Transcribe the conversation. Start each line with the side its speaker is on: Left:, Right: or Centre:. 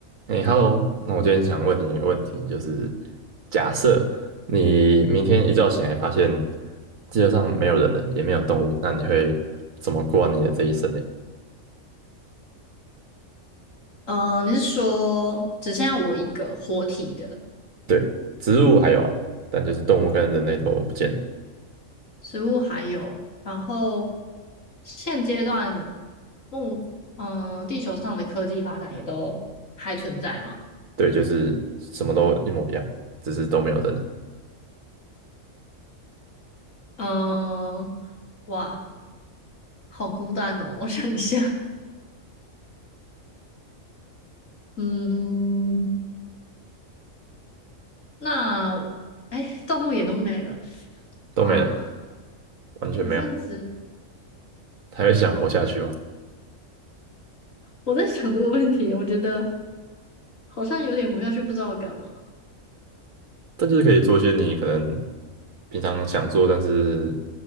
Right: 哎，Hello，那我今天想问你一个问题，就是假设你明天一觉醒来发现地球上没有人了，也没有动物，那你会怎么过完你的这一生呢？
Left: 嗯、呃你是说只剩下我一个活体的
Right: 对，植物还有啊，但就是动物跟人类都不见了，
Left: 植物还有，然后现阶段目嗯、呃地球上的科技发展也都还存在吗？
Right: 对，就是什么都一模一样，只是都没有人了，
Left: 嗯、哇，好孤单哦，我想一下，嗯，那哎，动物也都没了，
Right: 都没了，
Left: 哇，
Right: 完全没有，
Left: 只剩植，
Right: 还会想活下去吗？
Left: 我在想这个问题，我觉得好像有点活下去，不知道干嘛。
Right: 但就是可以做一些你可能平常想做，但是